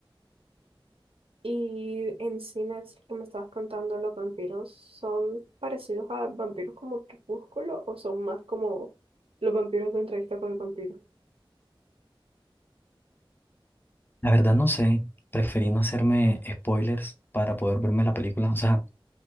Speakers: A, on the right; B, on the left.
A: Y en cines que me estabas contando, los vampiros son parecidos a vampiros como Crepúsculo o son más como los vampiros de entrevista con el vampiro.
B: La verdad no sé, preferí no hacerme spoilers para poder verme la película. O sea,